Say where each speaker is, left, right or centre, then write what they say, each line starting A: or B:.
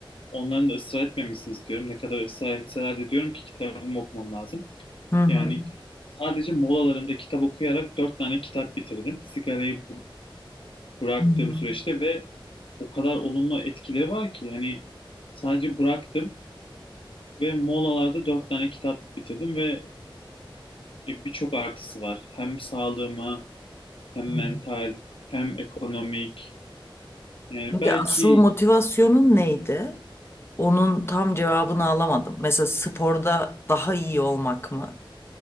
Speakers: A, on the left; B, on the left.
A: onların da ısrar etmemesini istiyorum. Ne kadar ısrar etseler de diyorum ki kitabımı okumam lazım.
B: Hı hı.
A: Yani sadece molalarımda kitap okuyarak dört tane kitap bitirdim. Sigarayı bu- bıraktığım
B: Hı hı.
A: süreçte ve o kadar olumlu etkileri var ki. Yani sadece bıraktım. Ve molalarda dört tane kitap bitirdim ve e, birçok artısı var. Hem sağlığıma, hem
B: hı.
A: mental, hem ekonomik. Yani
B: Peki
A: belki
B: asıl motivasyonun neydi? Onun tam cevabını alamadım. Mesela sporda daha iyi olmak mı?